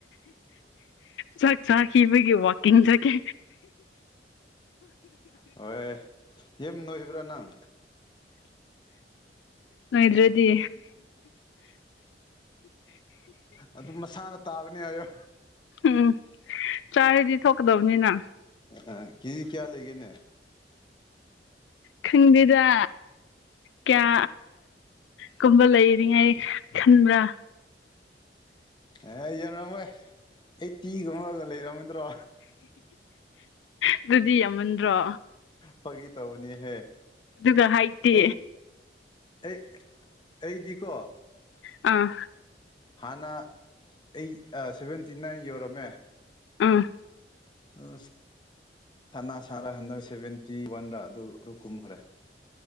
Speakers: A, on the left; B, on the left.
A: ꯆꯥꯛ ꯆꯥꯈꯤꯕꯒꯤ ꯋꯥꯛꯀꯤꯡ ꯆꯠꯀꯦ
B: ꯍꯣꯏ ꯌꯥꯝ ꯅꯣꯏꯕ꯭ꯔꯥ ꯅꯪ
A: ꯅꫭꯥꯏꯗ꯭ꯔꯗꯤ
B: ꯑꯗꯨꯝ ꯃꯁꯥꯅ ꯇꯥꯕꯅꯦ ꯍꯥꯏꯌꯣ
A: ꯎꯝ ꯆꯥꯔꯗꯤ ꯊꯣꯛꯀꯗꯕꯅꯤꯅ
B: ꯑ ꯀꯦꯖꯤ ꯀꯌꯥ ꯂꯩꯒꯦꯅꯦ
A: ꯈꯪꯗꯦꯗ ꯀꯌꯥ ꯀꯨꯝꯕ ꯂꯩꯔꯤ ꯍꯥꯏ ꯈꯟꯕ꯭ꯔꯥ
B: ꯑꯦ ꯌꯉꯝꯃꯣꯏ ꯑꯩꯠꯇꯤꯒꯨꯝꯕꯒ ꯂꯩꯔꯝꯒꯗ꯭ꯔꯣ
A: ꯑꯗꯨꯗꯤ ꯌꯥꯝꯃꯟꯗ꯭ꯔꯣ
B: ꯐꯥꯒꯤ ꯇꯧꯕꯅꯤꯍꯦ
A: ꯑꯗꯨꯒ ꯍꯥꯏꯇꯦ
B: ꯑꯩ ꯑꯩ ꯑꯩꯗꯤꯀꯣ
A: ꯑꯥ
B: ꯍꯥꯟꯅ ꯑꯩ ꯁꯚꯦꯟꯇꯤ ꯅꯥꯏꯟ ꯌꯧꯔꯝꯃꯦ
A: ꯎꯝ
B: ꯑꯁ ꯁꯅꯥ ꯁꯥꯔ ꯍꯟꯗꯛ ꯁꯚꯦꯟꯇꯤ ꯋꯥꯟꯗ ꯑꯗꯨ ꯑꯗꯨ ꯀꯨꯝꯈ꯭ꯔꯦ